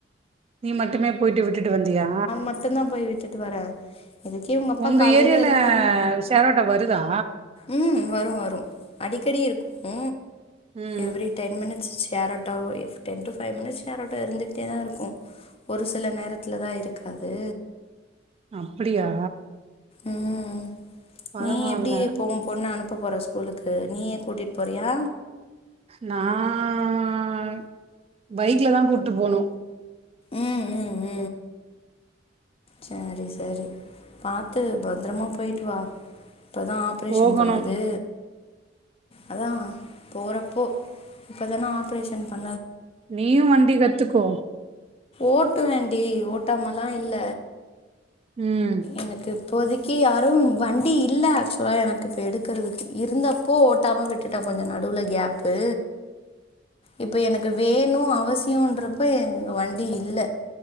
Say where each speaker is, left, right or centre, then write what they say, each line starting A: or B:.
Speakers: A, on the right (about 30°); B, on the left (about 30°).
A: நீ மட்டுமே போயிட்டு விட்டுட்டு வந்தியா
B: மட்டுந்தா போய் விட்டுட்டு வரே இதுக்கே அப்பா
A: உங்க
B: காலையில
A: ஏரியில
B: இருந்தாரு
A: ஷேர்ஆட்டோ வருதா
B: ம் வரு வரு அடிக்கடி இருக்கு
A: ம்
B: every ten minute share auto ten to five minutes சேராட்டோ இருந்துக்கிட்டே தான் இருக்கும் ஒரு சில நேரத்துல தான் இருக்காது
A: அப்டியா
B: ம்
A: பரவால்ல
B: நீ எப்படி இப்ப உன் பொண்ண அனுப்பு எப்ப போற ஸ்கூலுக்கு நீயே கூடிட்டு போறியா
A: நான் பைக்ல தான் கூப்பிட்டு போனும்
B: ம் ம் ம் சரி சரி பாத்து பத்தரமா போயிட்டு வா இப்போ தான் ஆப்ரேஷன்
A: போகணு
B: பண்ணது அதான் போறப்போ இப்பதானே ஆப்ரேஷன் பண்
A: நீயும் வண்டி கத்துக்கோ
B: ஓட்டுவே டி ஓட்டாமல்லா இல்ல
A: உம்
B: எனக்கு இப்போதைக்கு யாரும் வண்டி இல்லை ஆக்சுவலா எனக்கு இப்போ எடு இருந்தப்போ ஓட்டாம விட்டு விட்டுட்டா கொஞ்சம் நடுல கேப்பு இப்போ எனக்கு வேணும் அவசியம்ன்றப்ப எங்க வண்டி இல்ல